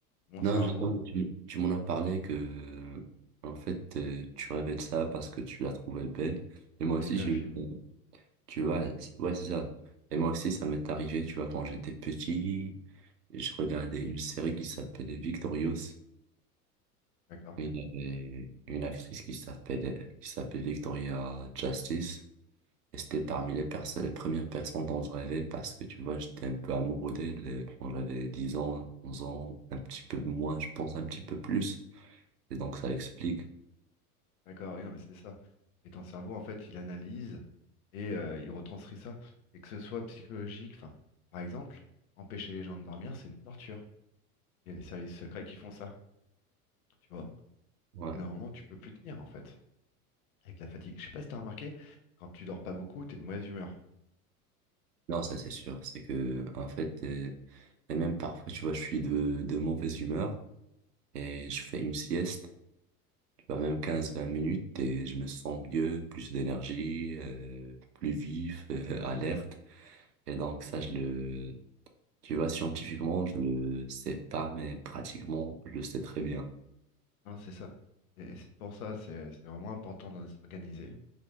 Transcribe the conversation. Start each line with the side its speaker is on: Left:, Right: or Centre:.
Left: Mon
Right: Non,
Left: cerveau,
Right: justement, tu, tu m'en as parlé que, euh, en fait, euh, tu rêvais de ça parce que tu la trouvais belle. Et moi
Left: j'avais
Right: aussi,
Left: vu
Right: j'ai
Left: un film.
Right: eu, tu vois, c'est- ouais, c'est ça. Et moi aussi, ça m'est arrivé, tu vois, quand j'étais petit, je regardais une série qui s'appelait Victorious.
Left: D'accord?
Right: Il y avait une actrice qui s'appelait, qui s'appelait Victoria Justice. Et c'était parmi les personnes, les premières personnes dont je rêvais parce que, tu vois, j'étais un peu amoureux d'elle euh, quand j'avais 10 ans, 11 ans, un petit peu moins, je pense un petit peu plus. Et donc, ça explique.
Left: D'accord, oui, non, mais c'est ça. Et ton cerveau, en fait, il analyse et euh, il retranscrit ça. Et que ce soit psychologique, enfin, par exemple, empêcher les gens de dormir, c'est une torture. Il y a des services secrets qui font ça, tu vois.
Right: Ouais.
Left: Au bout d'un moment, tu peux plus tenir, en fait, avec la fatigue. Je sais pas si t'as remarqué, quand tu dors pas beaucoup, t'es de mauvaise humeur.
Right: Non, ça, c'est sûr. C'est que, en fait, euh, et même parfois, tu vois, je suis de, de mauvaise humeur et je fais une sieste, tu vois, même quinze vingt minutes et je me sens mieux, plus d'énergie, euh, plus vif, <laughs> euh, alerte. Et donc, ça, je le, tu vois, scientifiquement, je le sais pas, mais pratiquement, je le sais très bien.
Left: Non, c'est ça. Et et c'est pour ça, c'est c'est vraiment important de s'organiser.